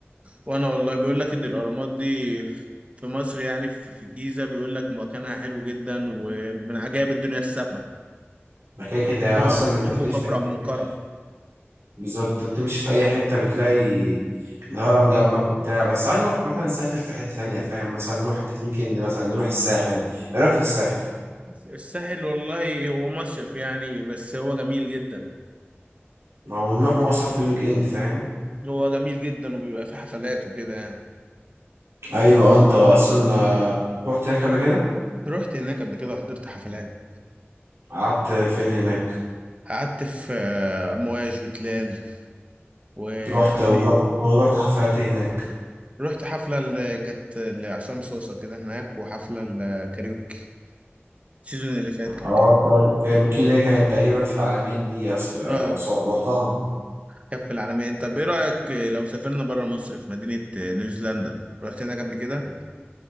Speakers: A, on the right (about 30°); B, on the right (about 80°).
A: وانا والله بيقول لك ان الاهرامات دي في مصر يعني في في الجيزه بيقول لك مكانها حلو جدا ومن عجائب الدنيا السبع
B: مكان كده
A: هو
B: اصلا ما انت
A: خوف
B: بتمشي
A: وخفرع
B: في
A: ومنقرع
B: بتمشي- بالظبط انت بتمشي في اي حته بتلاقي الهرم جنبك وبتاع بس تعال نروح مثلا نسافر في حته ثانيه فاهم مثلا نروح حته في الويك اند مثلا نروح الساحل ايه رايك في الساحل
A: الساحل والله هو مصيف يعني بس هو جميل جدا
B: ما هو نروح مصر في الويك اند فاهم
A: هو جميل جدا وبيبقى فيه حفلات وكده يعني
B: ايوه انت اصلا آه، رحت هناك قبل كده
A: رحت هناك قبل كده وحضرت حفلات
B: قعدت فين هناك
A: قعدت في آه، امواج وتلال والعلمين
B: رحت ورحت ورحت حفلات إيه هناك
A: رحت حفلة اللي كانت لعصام صوصة كده هناك وحفلة الكاريوكي السيزون اللي فات كان
B: اه
A: كاريوكي
B: طيب كايروكي اللي هي كانت تقريبا في العالمين دي أس- آه،
A: اه
B: صع- رحتها
A: كان في العالمين طب ايه رأيك لو سافرنا بره مصر في مدينة نيوزيلندا رحت هناك قبل كده